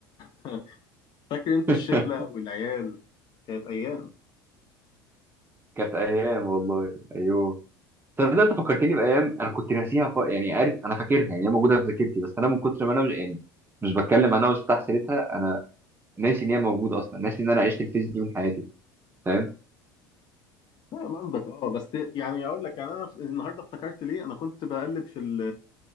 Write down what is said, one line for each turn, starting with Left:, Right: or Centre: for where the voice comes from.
Left: <laughs> فاكر انت
Right: <laughs>
Left: الشله والعيال كانت ايام
Right: كانت ايام والله ايوه تصدق انت فكرتني بايام انا كنت ناسيها خالص يعني عارف انا فاكرها يعني هي موجوده في ذاكرتي بس انا من كتر ما انا مش- يعني مش بتكلم عنها واستح سيرتها انا ناسي ان هي موجوده اصلا ناسي ان انا عشت الفيز دي من حياتي فاهم
Left: فاهم قصدك اه بس يعني اقول لك يعني انا في- النهارده افتكرت ليه انا كنت بقلب في ال